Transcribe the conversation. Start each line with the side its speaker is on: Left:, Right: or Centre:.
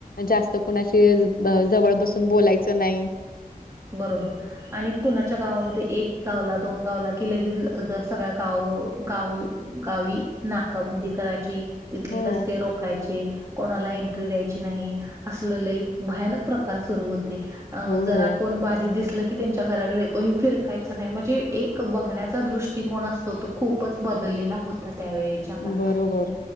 Left: जास्त कुणाशी जवळ बसून बोलायचं नाही
Right: बरोबर आणि कुणाच्या गावामध्ये एक गावला दोन गावला कि लगेच सगळ्या गाव गाव गावी नाकाबंदी करायची तिथले
Left: हो,
Right: रस्ते रोखायचे कोणाला एंट्री द्यायची नाही असलेले भयानक प्रकार सुरू होते
Left: हो,
Right: जरा
Left: हो.
Right: कोण बाधी दिसलं की त्यांच्या घराकडे कोणी फिरकायचं नाही म्हणजे एक बघण्याचा दृष्टिकोन असतो तो खूपच बदललेला होता त्यावेळे काळ
Left: बरोबर.